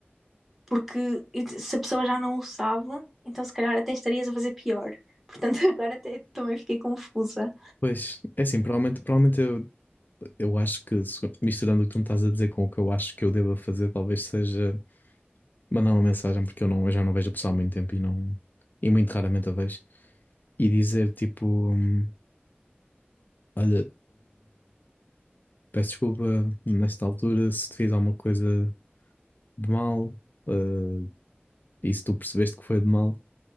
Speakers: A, in the centre; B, on the left.
A: Porque se a pessoa já não o sabe, então se calhar até estarias a fazer pior. <laughs> Portanto, agora até também fiquei confusa.
B: Pois, é assim, provavelmente, provavelmente eu, eu acho que se- misturando o que tu me estás a dizer com o que eu acho que eu deva fazer, talvez seja mandar uma mensagem, porque eu não, eu já não vejo a pessoa há muito tempo e não, e muito raramente a vejo, e dizer tipo, hum, olha, Peço desculpa nesta altura se te fiz alguma coisa de mal, eh, e se tu percebeste que foi de mal.